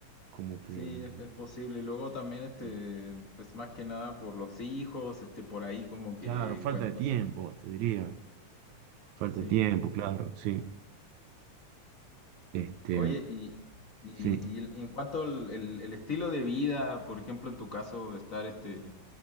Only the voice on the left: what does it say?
Sí,
es, es posible. Y luego también, este,
pues más que nada por los hijos, este, por ahí como que
encuentras,
este,
sí.
Oye, y, y,
y el- y en cuanto al el, el estilo de vida, por ejemplo, en tu caso, de estar, este,